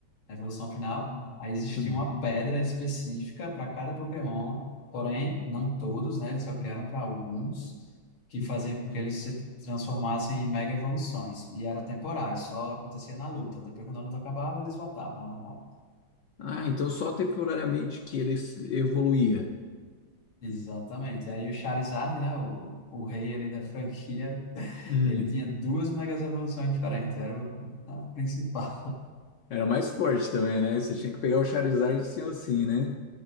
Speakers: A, on the left; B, on the left.
A: Na evolução final. Aí existia
B: Sim.
A: uma pedra específica para cada Pokémon. Porém, não todos, né? Eles só criaram para alguns. Que
B: Hum.
A: fazia com que eles se transformassem em mega evoluções. E era temporário, só acontecia na luta. Depois, quando a luta acabava, eles voltavam ao normal.
B: Ah, então só temporariamente que ele se- evoluía.
A: Exatamente. Aí o Charizard, né, o, o rei ali da franquia,
B: Hum.
A: ele tinha duas megas evoluções diferentes, era o a principal.
B: Era mais forte também, né? Você tinha que pegar o Charizard sim ou sim, né?